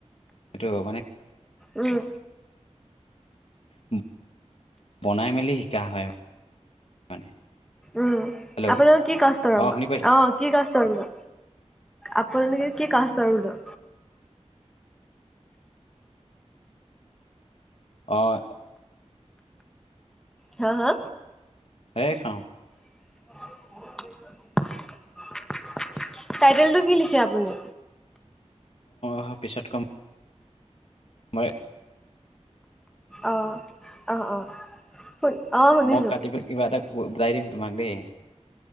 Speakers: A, on the left (about 55°); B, in the centre.
A: সেইটো মানে
B: উম।
A: উম। বনাই মেলি শিকা হয় <inaudible> মানে।
B: উম,
A: হেল্ল'
B: আপোনালোক কি কাষ্টৰ
A: অঁ
B: হ?
A: শুনি পাই
B: অ' কি কাষ্টৰ বোলো? আপোনালোকে কি কাষ্টৰ বোলো?
A: অ'।
B: হা - হা?
A: সেই খাওঁ।
B: <unintelligible> টাইটেলটো কি লিখে আপুনি?
A: অ' পিছত কম। মই
B: অ', অ' - অ'। শুন অ' শুনিছোঁ
A: মই কাটি পেল- কিবা এটা যাই দিম তোমাক দেই।